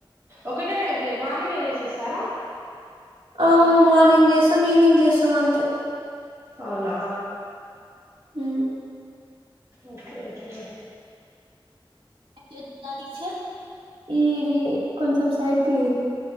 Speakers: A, on the right (about 35°); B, on the right (about 75°).
A: ఒకటే టైం చే మార్నింగే చేసేస్తారా?
B: అవును మార్నింగ్ చేస్తం, ఈవినింగ్ చేస్తం అంతే.
A: అవునా
B: మ్
A: ఓకే ఓకే
B: గ చె ఈ దీ కొంచెం సైడ్కి